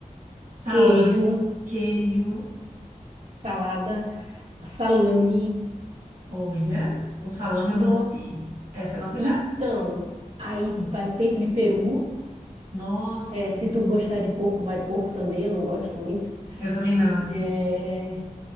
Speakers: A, on the right; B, on the right.
A: salame,
B: queijo,
A: queijo.
B: salada, salame.
A: Olha, com salame
B: Nossa,
A: eu nunca vi. Essa é novidade.
B: então, aí vai peito de peru.
A: Nossa,
B: É, se tu gostar de porco, vai porco também, eu não gosto muito.
A: eu também não.
B: É,